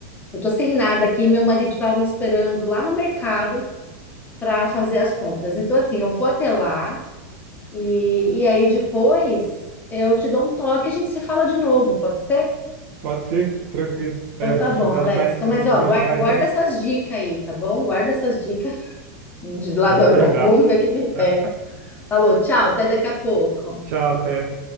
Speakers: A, on the left (about 20°); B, on the right (about 60°).
A: Eu tô sem nada aqui, meu marido tá me esperando lá no mercado para fazer as compras. Então, assim, eu vou até lá e, e aí depois eu te dou um toque, e a gente se fala de novo, pode ser?
B: Pode ser, tranquilo.
A: Então
B: É, vou
A: tá
B: precisar
A: bom, Alex.
B: de mais,
A: Então,
B: vou
A: mas
B: precisar
A: ó, guar-
B: de mais,
A: guarda
B: né?
A: essas dicas aí, tá bom? Guarda essas dicas de lá
B: Vou
A: da Europa.
B: guardar.
A: Vamos ver o que que
B: <laughs>
A: é. Falou, tchau, até daqui a pouco.
B: Tchau, até.